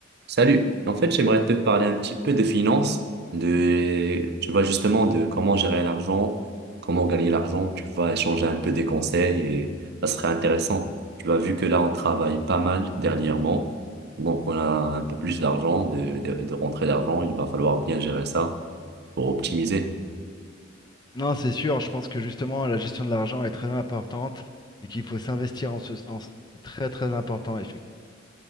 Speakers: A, on the right; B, on the left.
A: Salut. En fait, j'aimerais te parler un petit peu de finances, de, tu vois, justement, de comment gérer l'argent, comment gagner l'argent, tu vois, échanger un peu des conseils et ça serait intéressant. Tu vois, vu que là, on travaille pas mal dernièrement, donc on a un peu plus d'argent, de, de, de rentrée d'argent, il va falloir bien gérer ça pour optimiser.
B: Non, c'est sûr, je pense que justement la gestion de l'argent est très importante et qu'il faut s'investir en ce sens. C'est très très important, effectivement.